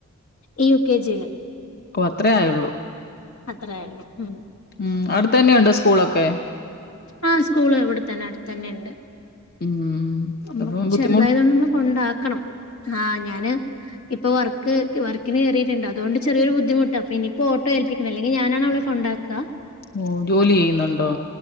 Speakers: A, on the left; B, on the left.
A: ഈ യു കെ ജില്
B: ഓ അത്രേ ആയൊള്ളൂ
A: അത്രായെള്ളൂ ഉം
B: ഉം അടുത്ത് തന്നെയുണ്ടോ സ്കൂളൊക്കെ
A: ആ സ്കൂള് ഇവിട്ത്തന്നെ അട്ത്തന്നെണ്ട്
B: ഉം
A: <unintelligible>
B: അപ്പം ബുദ്ധിമുട്ട്
A: ചെർതായതൊ കൊണ്ടാക്കണം ആ ഞാന് ഇപ്പൊ വർക്ക് വർക്കിന് കേറീട്ട്ണ്ട് അത്കൊണ്ട് ചെറിയൊര് ബുദ്ധിമുട്ട് അപ്പ ഇനി പ്പോ ഓട്ടോ ഏൽപ്പിക്കണ ല്ലെങ്കി ഞാനാണവളെ കൊണ്ടാക്കാ
B: ഓ ജോലി ചെയ്യ്ന്ന്ണ്ടോ